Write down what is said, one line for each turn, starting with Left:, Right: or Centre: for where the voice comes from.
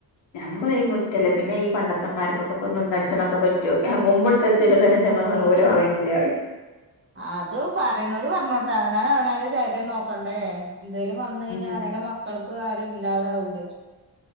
Left: ഞമ്മള ഈ മുറ്റല്ലെ. പിന്നെ ഈ പണ്ടത്തമ്മാര്ക്കൊക്കെപ്പൊ നിന്നടിച്ണക്കെ പറ്റൊ. കുമ്പിട്ട് അടിച്ചേര്‌യാ തന്നെ <unintelligible> <unintelligible> ഊര വളയ്ന്നില്ല പറിം
Right: അത് പറയ്ണോര് പർഞ്ഞോട്ടെ അവനാന് അവരാരെ ശരീരം നോക്കണ്ടേ എന്തേലും വന്നഴിഞ്ഞ
Left: ഉം
Right: അവ ഓരോ മക്കൾടെ ആരു ഇല്ലാതാവൂലെ